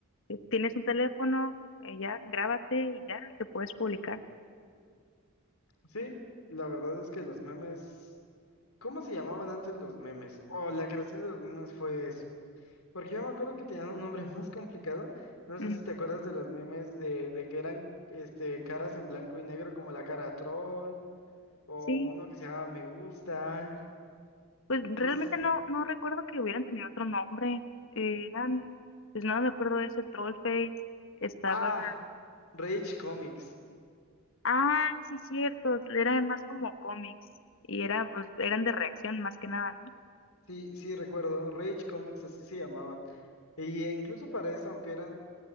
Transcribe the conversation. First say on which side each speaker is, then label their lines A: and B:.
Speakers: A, on the left; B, on the left.
A: eh, tienes un teléfono, eh, ya, grábate y ya, te puedes publicar.
B: Sí, la verdad es que los memes... ¿Cómo se llamaban antes los memes? O la creación de los memes fue eso. Porque yo me acuerdo que tenían un nombre <laughs> más complicado. No
A: Ujú.
B: sé si te acuerdas de los memes de, de que eran este, caras en blanco y negro, como la cara troll, o
A: Sí,
B: uno que se llama Me Gusta,
A: Pues realmente
B: cosas.
A: no, no recuerdo que hubieran tenido otro nombre. Eh, eran, pues no me acuerdo de ese Trollface. Estaba.
B: Ah, Rage Comics.
A: Ah, sí, cierto. Eran más como cómics. Y era, pues, eran de reacción más que nada, ¿no?
B: Sí, sí, recuerdo. Rage Comics, así se llamaban. Y eh, incluso para eso, aunque eran,